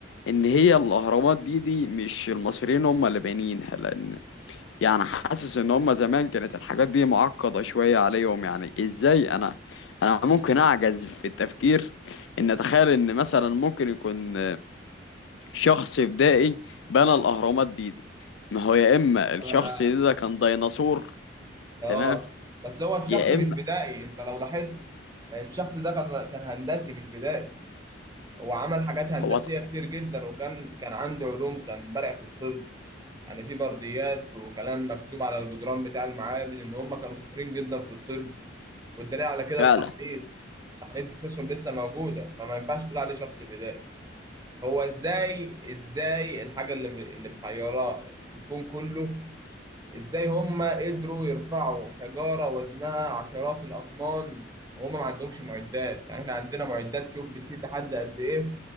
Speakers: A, on the left; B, on the right.
A: ان هي الاهرامات دي دي مش المصريين هم اللي بانيينها لان يعني حاسس ان هم زمان كانت الحاجات دي معقدة شوية عليهم يعني ازاي انا انا ممكن اعجز في التفكير ان اتخيل ان مثلا ممكن يكون شخص بدائي بنى الأهرامات دي دي ما هو يا إما الشخص
B: آه
A: ده, ده كان ديناصور
B: آه.
A: تمام
B: بس هو الشخص
A: يا
B: مش
A: إما
B: بدائي انت لو لاحظت الشخص ده كان كان هندسي مش بدائي هو عمل حاجات هندسية
A: هو ط-
B: كتير جدا وكان كان عنده علوم كان بارع في الطب يعني في برديات وكلام مكتوب على الجدران بتاع المعابد ان هم كانوا شاطرين جدا في الطب والدليل على كده
A: فعلا
B: التحنيط التحنيط بروسيسهم لسه موجوده فما ينفعش تقول عليه شخص بدائي هو ازاي ازاي الحاجه اللي اللي محيراه الكون كله ازاي هم قدروا يرفعوا حجاره وزنها عشرات الاطنان وهم ما عندهمش معدات يعني احنا عندنا معدات شوف بتشيل لحد قد ايه